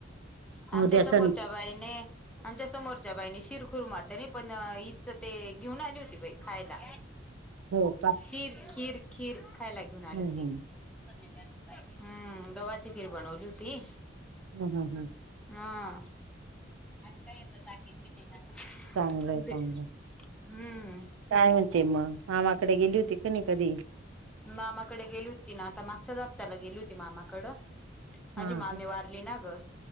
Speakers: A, in the centre; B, on the right (about 90°).
A: आमच्या
B: उद्या अस
A: समोरच्या बाईने, आमच्या समोरच्या बाईने शिर कूरमा तेनी पण ईदच ते घेऊन आली होती बाई, खायला.
B: हो का
A: खीर खीर खीर खायला घेऊन आली
B: हम्म
A: होती.
B: हम्म
A: हम्म गव्हाची खीर बनवली होती.
B: हम्म हम्म हम्म.
A: हा. आणि काय येता,
B: चांगलंय
A: <unintelligible>
B: चांगलंय
A: हम्म.
B: काय म्हणते मग मामाकडे गेली होती का नाही कधी?
A: मामाकडे गेली होती ना आता मागच्याच हफ्त्याला गेली होती मामाकडं.
B: हा
A: माझी मामी
B: का
A: वारली ना ग